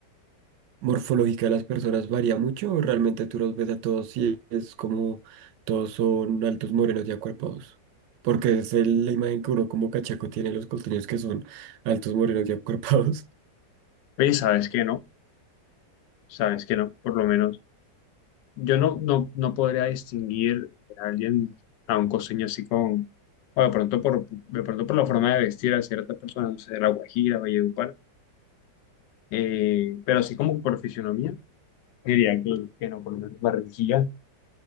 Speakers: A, on the right; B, on the left.
A: morfológica de las personas varía mucho, o realmente tú los ves a todos y es como todos son altos, morenos y acuerpados, porque es el- la imagen que uno como cachaco tiene de los costeños que son altos, morenos y acuerpados. <laughs>
B: Oye, ¿sabes que no? ¿Sabes que no? Por lo menos yo no, no, no podría distinguir a alguien, a un costeño así con, o de pronto por, de pronto por la forma de vestir a ciertas personas, no sé, de La Guajira, Valledupar Eh, pero así como por fisionomía, diría que, que no, por lo Barranquilla.